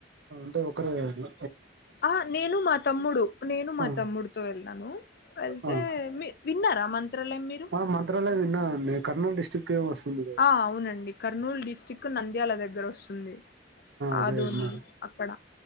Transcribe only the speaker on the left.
ఆ నేను మా తమ్ముడు నేను మా
తమ్ముడుతో వెళ్లాను వెళ్తే
మీ విన్నారా మంత్రాలయం మీరు
అవునండి కర్నూలు డిస్టిక్ నంద్యాల దగ్గర వస్తుంది.
ఆ ధోని
అక్కడ